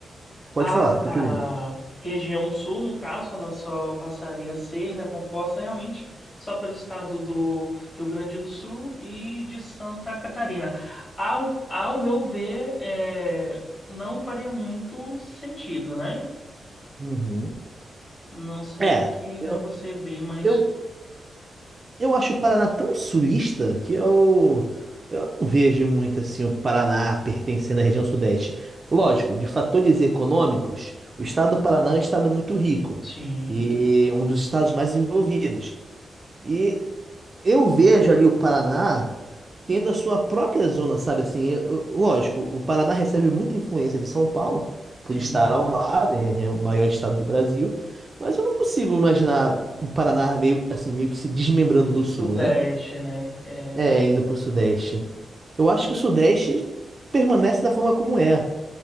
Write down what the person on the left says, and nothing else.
A
região sul, no caso, ela só passaria a ser, né, composta realmente só pelo estado do Rio Grande do Sul e de Santa Catarina. Ao, ao meu ver, é, não faria muito sentido, né?
Não sei
o que,
né, você vê, mas
Sim,
sim.
E o
que
Sudeste,
né? É
verdade.